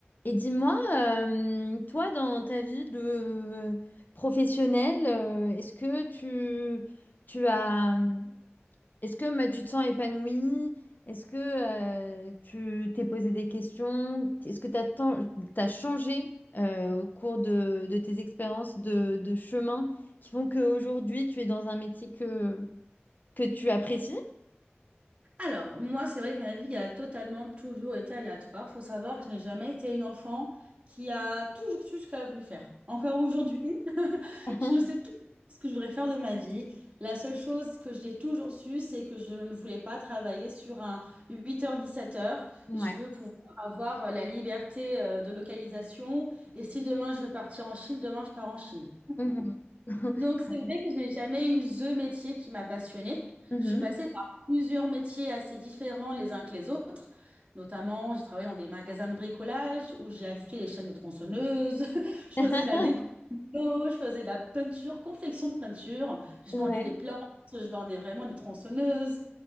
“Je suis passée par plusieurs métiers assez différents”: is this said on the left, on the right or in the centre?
Right